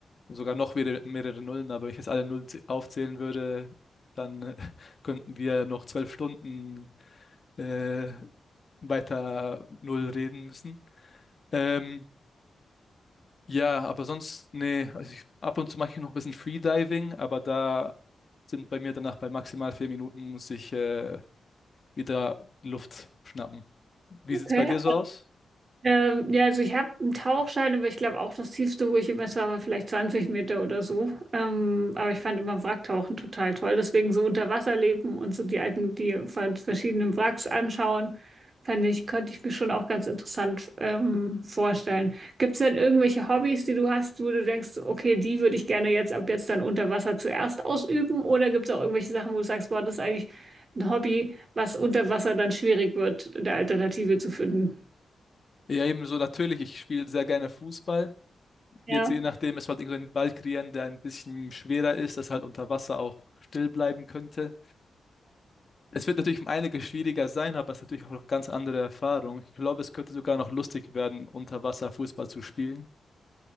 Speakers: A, on the left (about 40°); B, on the right (about 45°).
A: sogar noch wieder mehrere Nullen, aber wenn ich jetzt alle Nullen zäh- aufzählen würde, dann äh, <laughs> könnten wir ja noch zwölf Stunden äh, weiter Null reden müssen. Ähm, ja, aber sonst, nee, also ich, ab und zu mache ich noch ein bisschen Freediving, aber da sind bei mir danach bei maximal vier Minuten muss ich äh, wieder Luft schnappen. Wie
B: Okay.
A: sieht's bei dir so aus?
B: Ähm, ja, also ich habe einen Tauchschein, aber ich glaube auch das tiefste, wo ich immer war, war vielleicht 20 Meter oder so. Ähm, aber ich fand immer Wracktauchen total toll. Deswegen so unter Wasser leben und so die alten, die von verschiedenen Wracks anschauen, fand ich, könnte ich mir schon auch ganz interessant ähm, vorstellen. Gibt es denn irgendwelche Hobbys, die du hast, wo du denkst, okay, die würde ich gerne jetzt ab jetzt dann unter Wasser zuerst ausüben? Oder gibt es auch irgendwelche Sachen, wo du sagst, boah, das ist eigentlich ein Hobby, was unter Wasser dann schwierig wird, eine Alternative zu finden?
A: Ja, ebenso natürlich, ich spiele sehr gerne Fußball.
B: Ja.
A: Jetzt je nachdem, es halt irgendeinen Ball kreieren, der ein bisschen schwerer ist, das halt unter Wasser auch still bleiben könnte. Es wird natürlich um einiges schwieriger sein, aber es ist natürlich auch noch ganz andere Erfahrung. Ich glaube, es könnte sogar noch lustig werden, unter Wasser Fußball zu spielen.